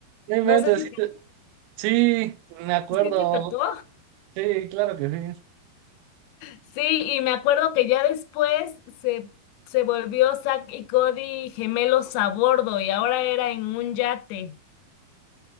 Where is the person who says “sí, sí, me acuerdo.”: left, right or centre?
Right